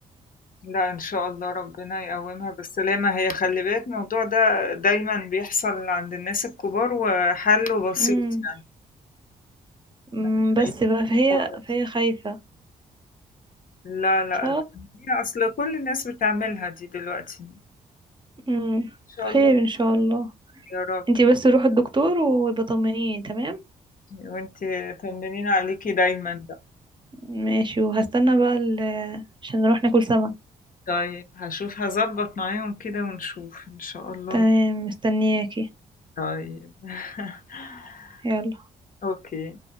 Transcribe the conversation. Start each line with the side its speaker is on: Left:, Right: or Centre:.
Left: لا ان شاء الله ربنا يقومها بالسلامة هي خلي بالك الموضوع ده دايما بيحصل عند الناس الكبار وحله بسيط
Right: مم.
Left: يعني
Right: مم،
Left: ما تلاقيش
Right: بس بقى فهي
Left: خالص.
Right: فهي خايفة
Left: لا لا
Right: ف
Left: هي اصل كل الناس بتعملها دي دلوقتي ان
Right: مم،
Left: شاء
Right: خير
Left: الله
Right: ان شاء الله
Left: يا رب
Right: انتي بس روحي الدكتور وبطمنيني تمام
Left: وانتي طمنين عليكي دايما بقى
Right: ماشي وهستنى بقى ال- عشان نروح ناكل سمك
Left: طيب هشوف هظبط معاهم كده ونشوف ان شاء الله
Right: تمام مستنياكي
Left: طيب <laughs>
Right: يلا
Left: اوكي